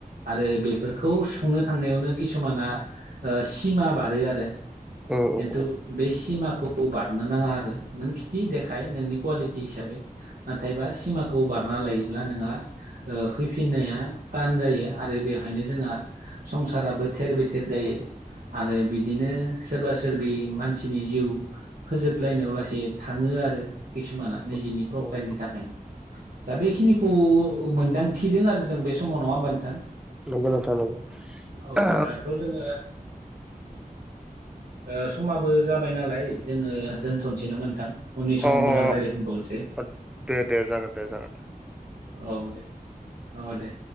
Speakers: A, on the right (about 65°); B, in the centre.
A: आरो बेफोरखौ सुंनो थांनायावनो किसुमाना सिमा बारो आरो
B: उम
A: खिन्थु
B: उम
A: बे सिमाखौ बारनो नाङा आरो नों खिथि देखाय नोंनि कुवालिटि हिसाबै नाथायबा सिमाखौ बारना लायोब्ला नोंहा फैफिननाया ान जायो आरो बेहायनो जोंहा संसाराबो थेर बेथेर जायो आरो बिदिनो सोरबा सोरबि मानसिनि जिउ फोजोबलायनायाव लासै थाङो आरो किसुमाना
B: उम
A: निजेनि प्रफाइलनि
B: उम
A: थाखायनो दा बेखिनिखौ मोनदांथिदों आरो जों बे समाव नङा होमबा नोंथां
B: नंगौ नोंथां नंगौ
A: औ
B: आ
A: दाथ' जोङो ओ समाबो जाबाय नालाय जोङो दोनथ'नोसै नामा नों उननि समाव
B: हो
A: मोजां
B: अ
A: रायलाय फिबावनोसै
B: अ दे दे जागोन दे जागोन
A: औ दे ओ दे